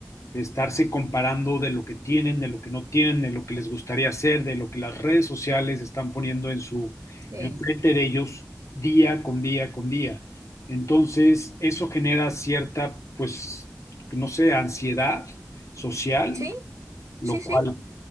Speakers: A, on the left; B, on the right.
A: estarse comparando de lo que tienen, de lo que no tienen, de lo que les gustaría hacer, de lo que las redes sociales están poniendo en su
B: Sí,
A: enfrente de ellos día con día con día. Entonces, eso genera cierta, pues, no sé, ansiedad social,
B: sí,
A: lo
B: sí,
A: cual
B: sí.